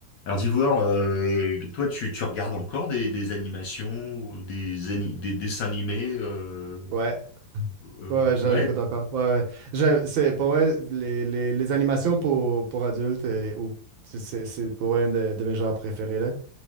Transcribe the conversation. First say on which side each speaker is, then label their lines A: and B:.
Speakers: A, on the left; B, on the right.
A: Alors d'Ivoire, euh, toi tu, tu regardes encore des, des animations, ou des, ani- des dessins animés euh,
B: Ouais,
A: euh,
B: ouais, ouais, je
A: ouais.
B: l'écoute encore. Ouais, ouais. Je- c'est, pour vrai, les, les, les animations pour, pour adultes, euh, ou, c'est c'est- c'est pour vrai une de, de mes genres préférés, là.